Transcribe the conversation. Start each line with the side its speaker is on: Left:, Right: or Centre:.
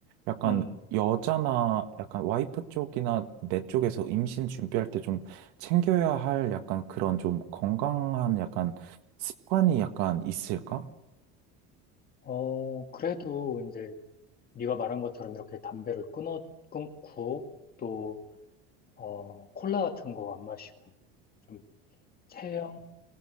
Right: 약간
Left: 음.
Right: 여자나 약간 와이프 쪽이나 내 쪽에서 임신 준비할 때좀 챙겨야 할 약간 그런 좀 건강한 약간 습관이 약간 있을까?
Left: 어, 그래도 이제, 네가 말한 것처럼 이렇게 담배를 끊어, 끊고, 또, 어, 콜라 같은 거 안 마시고, 좀 체형,